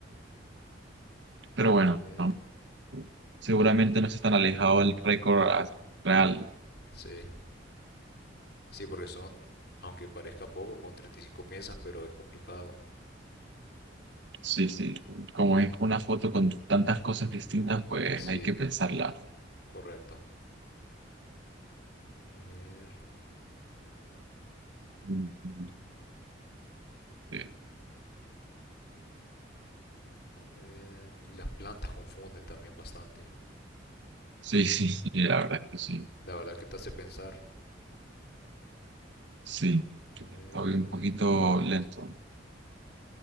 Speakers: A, on the right (about 70°); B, on the left (about 55°).
A: Pero bueno,
B: A ver.
A: ¿no? Seguramente no es tan alejado del récord real.
B: Sí, sí, porque son, aunque parezca poco, con 35 piezas, pero es complicado.
A: Sí, sí. Como es una foto con tantas cosas distintas, pues
B: Sí,
A: hay que pensarla.
B: correcto. A ver,
A: Mm, eh,
B: a ver. Y las plantas confunden también bastante.
A: Sí, sí, sí, la verdad es que sí.
B: La verdad que te hace pensar.
A: Sí,
B: A
A: estoy
B: ver.
A: un poquito lento.